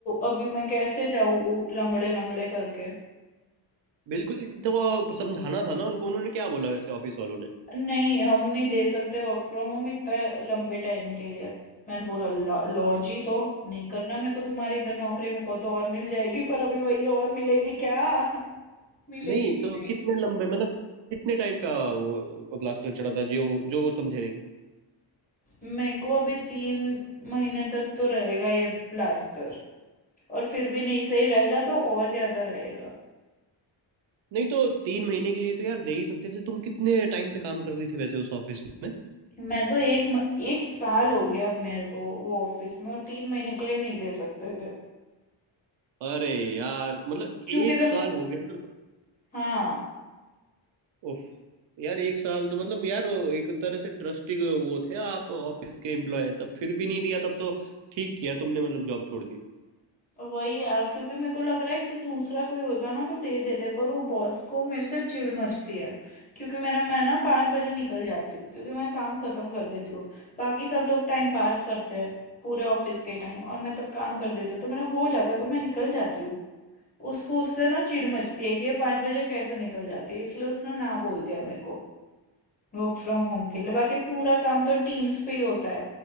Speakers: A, on the left (about 20°); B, on the right (about 65°).
A: अभी मैं कैसे जाऊँ लंगड़े लंगड़े करके
B: बिल्कुल तो समझाना था ना उनको उन्होंने क्या बोला वैसे ऑफिस वालों ने
A: नहीं हम नहीं दे सकते वर्क फ्रॉम होम इतना लंबे टाइम के लिए मैंने बोला लॉ जी तो नहीं करना मेरे को तुम्हारी इधर नौकरी मेरे को तो और मिल जाएगी पर अभी वही और मिलेगी क्या <laughs> मिलेगी
B: नहीं
A: कि
B: तो
A: नहीं
B: कितने लंबे मतलब कितने टाइम का वो ब्लास्टर चढ़ा था जो जो वो समझे नहीं
A: मेरे को अभी तीन महीने तक तो रहेगा ये प्लास्टर और फिर भी नहीं सही रहेगा तो और ज्यादा रहेगा
B: नहीं तो तीन महीने के लिए तो यार दे ही सकते थे तुम कितने टाइम से काम कर रही थी वैसे उस ऑफिस में
A: मैं तो एक म, एक साल हो गया अब मेरे को वो ऑफिस में और तीन महीने के लिए नहीं दे सकते थे
B: अरे यार मतलब
A: क्योंकि
B: एक
A: तुमको
B: साल हो गया ना
A: हाँ
B: उफ यार एक साल तो मतलब यार वो एक तरह से ट्रस्टी वो थे आप ऑफिस के एम्प्लॉय तब फिर भी नहीं दिया तब तो ठीक किया तुमने मतलब जॉब छोड़ दी
A: वही यार क्योंकि मेरे को लग रहा है कि दूसरा कोई होता ना तो दे देते पर वो बॉस को मेरे से चिढ़ मचती है क्योंकि मेरा मैं ना पाँच बजे निकल जाती हूँ क्योंकि मैं काम खत्म कर देती हूँ बाकी सब लोग टाइम पास करते हैं पूरे ऑफिस के टाइम और मैं तब काम कर देती हूँ तो मेरा हो जाता है तो मैं निकल जाती हूँ उसको उससे ना चिढ़ मचती है कि ये पाँच बजे कैसे निकल जाती है इसलिए उसने ना बोल दिया मेरे को वर्क फ्रॉम होम के लिए बाकी पूरा काम तो टीम्स पे ही होता है